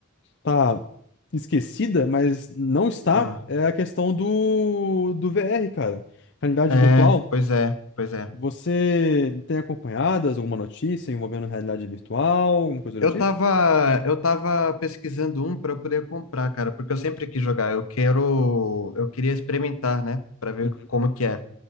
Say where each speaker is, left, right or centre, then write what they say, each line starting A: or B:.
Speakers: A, on the left; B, on the left.
A: tá esquecida, mas não está,
B: Ah.
A: é a questão do, do VR, cara. Realidade
B: É,
A: virtual.
B: pois é, pois é.
A: Você tem acompanhado alguma notícia envolvendo realidade virtual, alguma coisa do
B: Eu
A: tipo?
B: tava, eu tava pesquisando um para eu poder comprar, cara, porque eu sempre quis jogar. Eu quero, eu queria experimentar, né, para ver
A: Uhum.
B: como que é.